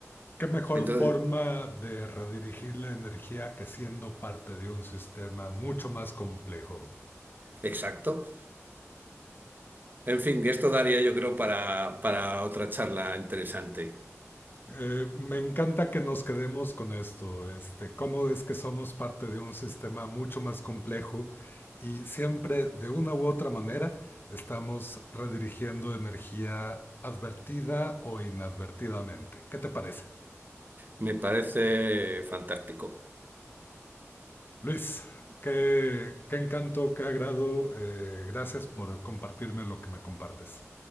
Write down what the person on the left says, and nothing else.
¿Qué mejor
forma de redirigir la energía que siendo parte de un sistema mucho más complejo?
Eh, me encanta que nos quedemos con esto, este, cómo es que somos parte de un sistema mucho más complejo y siempre de una u otra manera estamos redirigiendo energía advertida o inadvertidamente. ¿Qué te parece?
Luis, qué, qué encanto, qué agrado. eh, gracias por compartirme lo que me compartes,